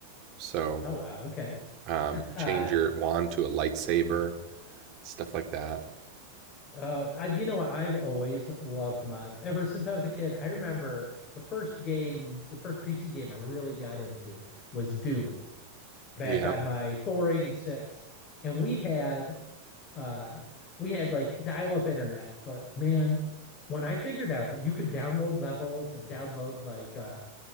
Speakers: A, on the right; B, on the left.
A: So
B: Oh, wow. Okay.
A: um,
B: Uh,
A: change your wand to a lightsaber, stuff like that.
B: uh, I, you know, I've always loved mods ever since I was a kid. I remember the first game, the first PC game I really got into was Doom. back
A: Yeah,
B: on my 486, and we had uh, we had like dial-up internet. But man, when I figured out that you could download levels and download like uh,